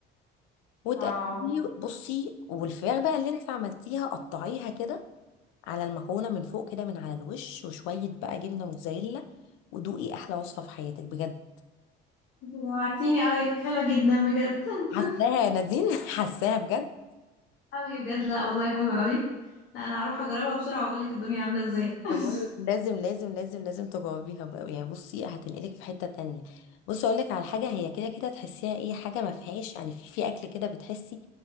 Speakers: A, on the left (about 90°); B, on the left (about 60°).
A: وتقلبي
B: واو
A: بصي والفراخ بقى اللي انت عملتيها قطعيها كده على المكرونه من فوق كده من على الوش وشويه بقى جبنه موتزاريلا ودوقي احلى وصفه في حياتك بجد
B: انت جوعتيني قوي لا حلوة جدا بجد <laughs>
A: حاساها يا نادين <laughs> حاساها بجد
B: قوي بجد لا والله حلوة قوي لا انا هروح اجربها بسرعة واقول لك الدنيا عاملة ازاي <laughs>
A: ما بقولك لازم لازم لازم لازم تجاوبيها بقى يعني بصي هتنقلك في حتة تانية بصي اقولك على حاجة هي كده كده تحسيها ايه حاجة ما فيهاش يعني في في اكل كده بتحسي